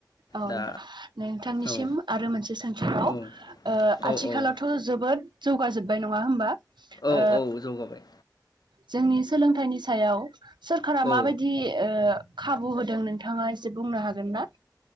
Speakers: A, on the right; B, on the left.
A: औ
B: दा
A: नोंथां नोंथांनिसिम
B: औ
A: आरो मोनसे सोंथिबाव
B: औ
A: ओ
B: औ
A: आथिखालावथ' जोबोद जौगासा जोबबाय नङा होमबा?
B: औ
A: ओ
B: औ जौगाबाय
A: जोंनि सोलोंथाइनि सायाव सोरखारा माबायदि
B: औ
A: ओ खाबु होदों नोंथाङा एसे बुंनो हागोन ना?